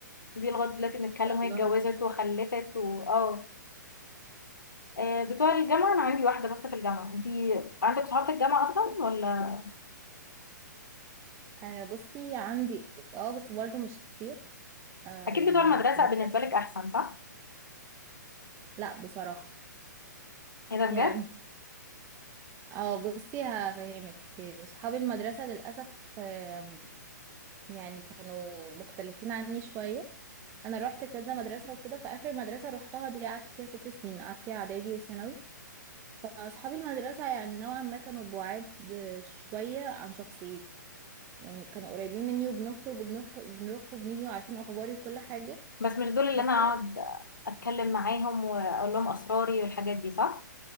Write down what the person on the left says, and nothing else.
دي لغايه دلوقتي بنتكلم
وهي
اتجوزت وخلفت واه آه، بتوع الجامعة أنا عندي واحدة بس في الجامعة أنتي عندك صحاب في الجامعة أصلا ولا
أكيد
بتوع المدرسة
بالنسبة لك أحسن صح؟
إيه ده بجد؟
بس مش دول اللي
أنا أقعد أتكلم معاهم وأقول لهم أسراري والحاجات دي صح؟